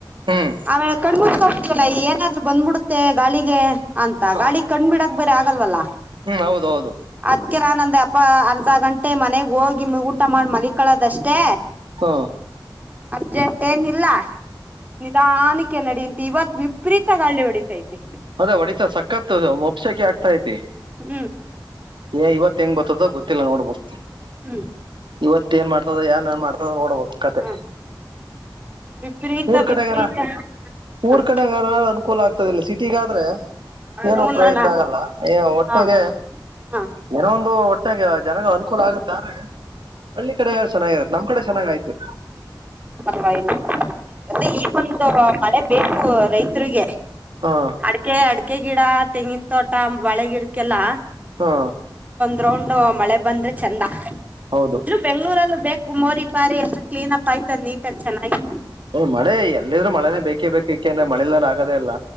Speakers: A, on the right; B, on the right.
A: ಹ್ಮ್ ಹ್ಮ್
B: ಆಮೇಲೆ ಕಣ್ಮಟ್ಕತವಲ್ಲ ಏನಾದ್ರು ಬಂದ್ಬಿಡುತ್ತೆ ಗಾಳಿಗೆ ಅಂತ
A: ಹ
B: ಗಾಳಿ ಕಣ್ಣು ಬಿಡಕ್ ಬೇರೆ ಆಗಲ್ವಲ್ಲ
A: ಹ್ಮ್ ಹೌದೌದು
B: ಅದ್ಕ ನಾನಂದೆ ಸ್ವಲ್ಪ ಅರ್ಧ ಗಂಟೆ ಮನೆಗ್ ಹೋಗಿ ಊಟ ಮಾಡಿ ಮಲಕಳೋದಷ್ಟೇ
A: ಹೂ
B: ಅರ್ಜೆಂಟ್ ಏನು ಇಲ್ಲ ನಿಧಾನ ಕೆ ನಡಿ ಅಂತ ಇವತ್ ವಿಪರೀತ ಗಾಳಿ ಹೊಡಿತೈತೆ
A: ಅದೇ ಹೊಡಿತ ಸಕತ್ ಮೊಬ್ಸಕೆ ಆಗ್ತಾ ಐತಿ
B: ಹೂ
A: ಏ ಇವತ್ತು ಹೆಂಗ್ ಗತ್ತೋ ಗೊತ್ತಿಲ್ಲ ನೋಡ್ಬೇಕು
B: ಹೂ
A: ಇವತ್ತ ಏನ್ ಮಾಡ್ತದ ಏನ್ ಏನ್ ಮಾಡ್ತದ ನೋಡ್ಬೇಕ ಕತೆ
B: ಹ್ಮ ವಿಪರೀತ
A: ಊರ್
B: ವಿಪರೀತ
A: ಕಡೆಗನ ಊರ್
B: ಹ
A: ಕಡೆಗ್ರ ಅನುಕೂಲ ಆಗ್ತದಿಲ್ಲ ಸಿಟಿಗಾದ್ರೆ ಏನು
B: ಹೂನಣ್ಣ
A: ಪ್ರಯೋಜನ ಆಗಲ್ಲ ಒಟ್ಟೆಗೆ
B: ಹಾ ಹಾ
A: ಏನೋ ಒಂದು ಗತ್ತಾಗ ಜನಗ ಅನುಕೂಲ ಆಗುತ್ತೆ್ರ ಹಳ್ಳಿ ಕಡೆಲ್ಲ ಚೆನ್ನಾಗಿರ ನಮ್ ಕಡೆ ಚೆನ್ನಾಗಯ್ತು
B: ಎಲ್ಲ ಈ ಬಂತ ಬೇಕು ರೈತರಿಗೆ
A: ಹ್ಮ್
B: ಅಡಕೆ ಅಡ ಅಕ್ಕೆ ಗಿಡ ತೆಂಗಿನ ತೋಟ ಬಳೆ ಗಿಡಕ್ಕೆಲ್ಲಾ
A: ಹಾ
B: ್ರೌಂಡ್ ಮಳೆ ಬಂದ್ರೆ ಚಂದ
A: ಹೌದು
B: ಇದ್ರರು ಬೆಂಗಳೂರಲ್ಲ ಬೇಕ ಮೋರಿ ಪಾರಿ ಎಲ್ಲ ಕ್ಲೀನ್ ಅಪ್ ಆಯ್ತದ ನೀಟಾಗಿ ಚೆನ್ನಾಗಿ.
A: ಹ್ಮ್, ಮಳೆ ಎಲ್ಲಿದ್ರು ಮಳೆನೇ ಬೇಕೇ ಬೇಕು ಏಕೆಂದ್ರೆ ಮಳೆಲ್ಲಾರ ಆಗದೇ ಇಲ್ಲ